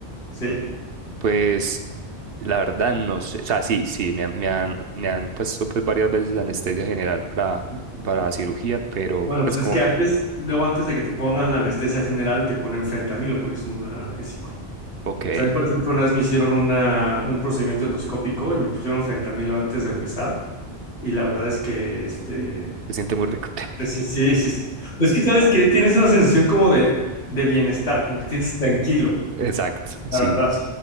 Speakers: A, on the left; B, on the right.
A: Sí.
B: pues la verdad no sé, o sea, sí, sí, me, han, me han me han puesto pues varias veces anestesia general para,
A: Ujú.
B: para cirugía, pero
A: Bueno,
B: pues
A: pues
B: como,
A: es que antes, luego antes de que te pongan la anestesia general, te ponen fentanilo porque es un buen analgésico.
B: ok, se
A: También, por ejemplo, una vez me hicieron una, un procedimiento endoscópico y me pusieron fentanilo antes de empezar. Y la verdad es que, este,
B: siente muy rico. <laughs>
A: pues sí, sí, sí. sí. Pues que sabes que tienes una sensación como de, de bienestar, como que tienes tranquilo,
B: Exacto, sí,
A: la verdad.